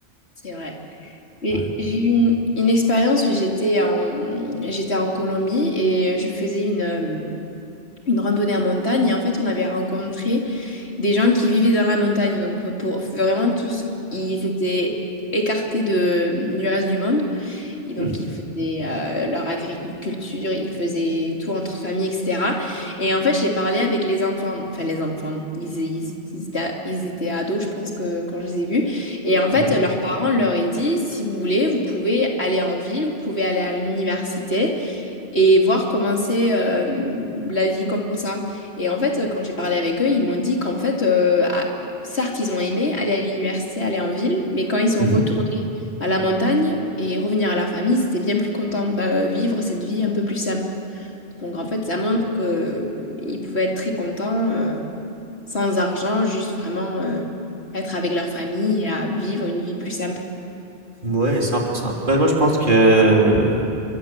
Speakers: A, on the left; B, on the right.
A: c'est vrai. Et
B: ouais.
A: j'ai eu une, une expérience où j'étais en, j'étais en Colombie et je faisais une, euh, une randonnée en montagne. Et en fait, on avait rencontré des gens qui vivaient dans la montagne. Donc, pour vraiment tous, ils étaient écartés de, du reste du monde. Et donc,
B: Hmm.
A: ils faisaient euh, leur agriculture, ils faisaient tout entre famille, etc. Et en fait, j'ai parlé avec les enfants, enfin les enfants, ils, ils- ils étaient, ils étaient ados, je pense, que, quand je les ai vus. Et en
B: Mhm.
A: fait, leurs parents leur ont dit, si vous voulez, vous pouvez aller en ville, vous pouvez aller à l'université et voir commencer la vie comme ça. Et en fait, quand j'ai parlé avec eux, ils m'ont dit qu'en fait, euh, ah, certes, ils ont aimé aller à l'université, aller en ville, mais quand ils sont
B: Mhm.
A: retournés à la montagne et revenir à leur famille, ils étaient bien plus contents de vivre cette vie un peu plus simple. Donc en fait, ça montre qu'ils pouvaient être très contents, euh, sans argent, juste vraiment euh, être avec leur famille et à vivre une vie plus simple.
B: Hmm. Ouais, 100%. Ben, moi, je pense que, euh,